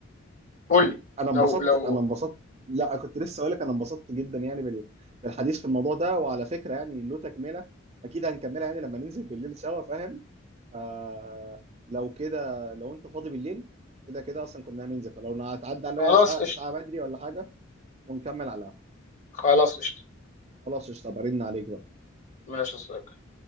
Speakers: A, on the left; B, on the right.
A: قول لي
B: انا انبسطت
A: لو لو
B: انا انبسطت لا كنت لسه اقول لك انا انبسطت جدا يعني بال- بالحديث في الموضوع ده وعلى فكره يعني له تكمله اكيد هنكملها يعني لما ننزل بالليل سوا فاهم فلو كده لو انت فاضي بالليل كده كده اصلا كنا هننزل فلو هتعدي عليا
A: خلاص
B: ساعه
A: قشطة
B: ساعه بدري ولا حاجه ونكمل على القهوة.
A: خلاص قشطة
B: خلاص قشطه برن عليك بقى
A: ماشي يا صديقي